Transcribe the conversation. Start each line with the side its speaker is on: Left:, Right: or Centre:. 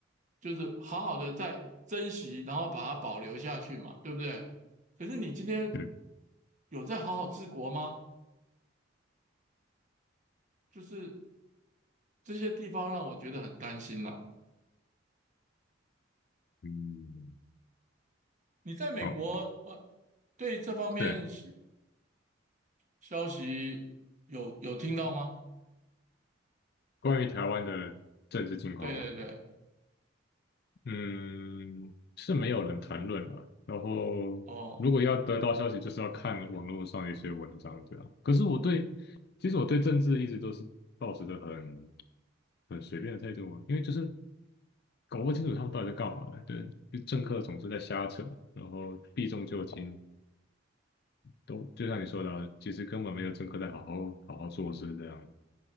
Right: 就是好好的在珍惜，然后把它保留下去嘛，对不对？可是你今天
Left: 对
Right: 有在好好治国吗？就是这些地方让我觉得很担心啦。
Left: 嗯，
Right: 你在美国，
Left: 好，
Right: 我对这方面消
Left: 对，
Right: 消息有有听到吗？
Left: 关于台湾的政治情况嘛，
Right: 对对对，
Left: 嗯，是没有人谈论了。然后，
Right: 哦，
Left: 如果要得到消息，就是要看网络上的一些文章这样。可是我对，其实我对政治一直都是抱持着很很随便的态度嘛，因为就是搞不清楚他们到底在干嘛。对，就政客总是在瞎扯，然后避重就轻，都就像你说的啊其实根本没有政客在好好好好做事这样。